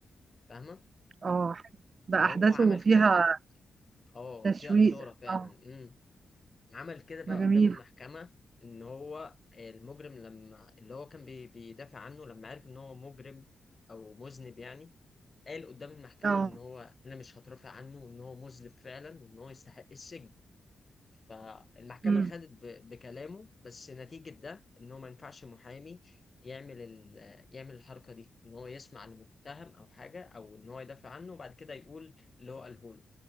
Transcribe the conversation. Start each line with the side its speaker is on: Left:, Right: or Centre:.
Left: فاهمة
Right: اه حلو
Left: فهو
Right: ده احداثه
Left: عمل
Right: فيها
Left: كده اه
Right: تشويق
Left: فيها إثارة فعلا
Right: اه
Left: امم عمل كده بقى
Right: ده
Left: قدام
Right: جميل
Left: المحكمة ان هو المجرم لما اللي هو كان بي- بيدافع عنه لما عرف ان هو مجرم او مذنب يعني قال قدام المحكمة
Right: اه
Left: إن هو أنا مش هترافع عنه وإن هو مذنب فعلا وإن هو يستحق السجن فالمحكمة
Right: امم
Left: خدت ب- بكلامه بس نتيجة ده إن هو ما ينفعش محامي يعمل ال- يعمل الحركة دي إن هو يسمع لمتهم أو حاجة أو إن هو يدافع عنه وبعد كده يقول اللي هو قاله له